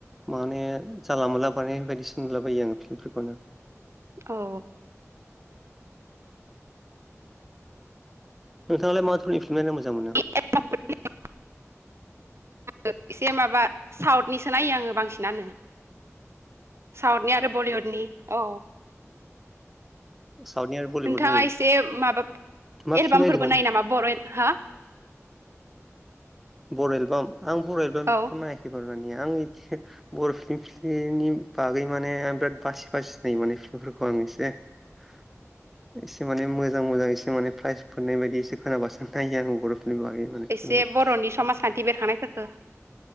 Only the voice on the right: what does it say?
औ
ए <unintelligible> ओ एसे माबा साउथनिसो नायो आङो बांसिनानो साउथनि आरो बलिउडनि अ
नोंथाङा एसे माबा
एलबामफोरबो
नायो नामा बर' एलबाम हा
औ
एसे
बर'नि समाजखान्थि बेरखांनायफोरखौ